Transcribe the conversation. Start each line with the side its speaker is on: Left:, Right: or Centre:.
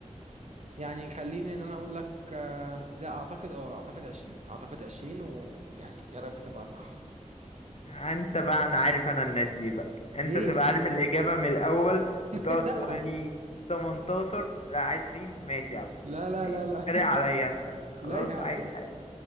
Right: يعني خليني ان انا اقول لك آه، لا اعتقد اه اعتقد 20 اعتقد 20 ويعني يا رب تبقى صح
Left: انت بقى انا عارف انا الناس دي بقى انت
Right: ليه
Left: تبقى عارف الاجابه من الاول
Right: <laughs>
Left: وتقعد تقول لي 18 لا 20 ماشي يا عم
Right: لا لا
Left: ماشي
Right: لا لا
Left: تريق
Right: لا
Left: عليا انت
Right: <laughs>
Left: خلاص
Right: لا يا عم
Left: عادي عادي